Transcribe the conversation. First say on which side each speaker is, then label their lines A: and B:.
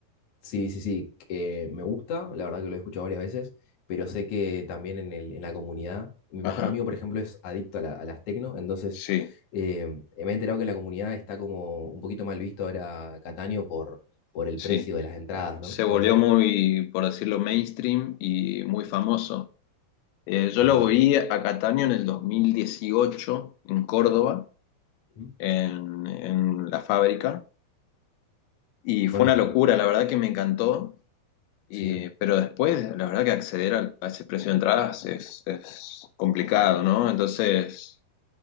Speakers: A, on the left; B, on the left.
A: Sí, sí, sí, que me gusta, la verdad que lo he escuchado varias veces, pero sé que también en el- en la comunidad, mi
B: Ajá,
A: mejor amigo, por ejemplo, es adicto a, la- a las tecno, entonces
B: sí,
A: eh, me he enterado que en la comunidad está como un poquito mal visto ahora Cataño por, por el
B: sí.
A: precio de las entradas,
B: Se
A: ¿no?
B: volvió
A: ¿Puede ser?
B: muy, por decirlo, mainstream y muy famoso. Eh, yo
A: Ajá.
B: lo vi a Cataño en el 2018 en Córdoba,
A: Ujú.
B: en, en la fábrica, y fue
A: Conozco,
B: una locura, la verdad que me encantó. Y,
A: sí.
B: pero después, la verdad que acceder al- a ese precio de entradas es, es complicado, ¿no? Entonces,